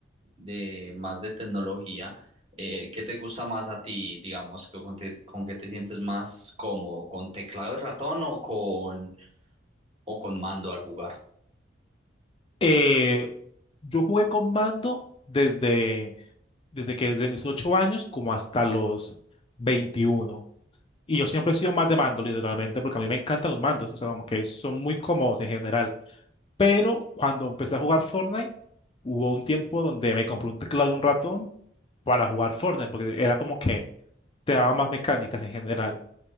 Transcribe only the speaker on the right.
de más de tecnología, eh, ¿qué te gusta más a ti? Digamos, que con, te- con qué te sientes más cómodo, ¿con teclado y ratón o con, o con mando al jugar?